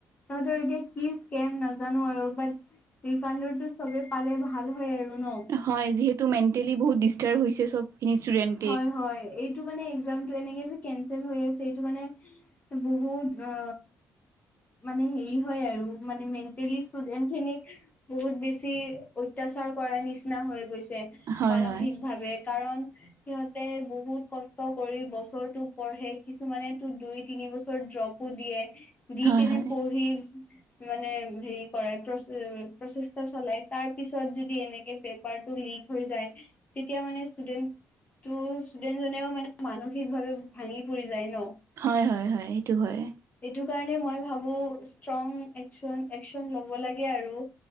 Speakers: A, on the left (about 30°); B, on the right (about 60°).
A: তাহঁতৰ এতিয়া কি স্কেম নাজানো আৰু বাট ৰিফাণ্ডৰো চবে পালে ভাল হয় আৰু ন।
B: হয় যিহেতু মেণ্টেলি বহুত ডিষ্টাৰ্ব হৈছে চব <inaudible>
A: হয় হয় এইটো ইটো একজামটো এনেকে যে কেনচেল হৈ আছে এইটো মানে বহুত অ মানে হেৰি হয় আৰু মানে মেণ্টেলি ষ্টুডেন্ট খিনিক বহুত বেছি অত্যাচাৰ কৰাৰ নিচিনা হৈ গৈছে।
B: হয়
A: মানসিক
B: হয়
A: ভাৱে। কাৰণ সিহঁতে বহুত কষ্ট কৰি বছৰটো পঢ়ে, কিছুমানে তো দুই তিনি বছৰ ড্ৰপ দিয়ে দি
B: হয়
A: কেনে
B: হয়
A: পঢ়ি মানে হেৰি কৰে প্ৰচেষ্টা চলাই তাৰ পিছত যদি এনেকে পেপাৰটো লিক হৈ যায় তেতিয়া মানে ষ্টুডেন্ট ত ষ্টুডেন্ট জনেও মানে মানসিকভাৱে ভাঙি পৰি যায় ন।
B: হয় হয় হয় সেইটো হয়।
A: এইটো কাৰণে মই ভাবো ষ্ট্ৰং একচন একচন ল'ব লাগে আৰু।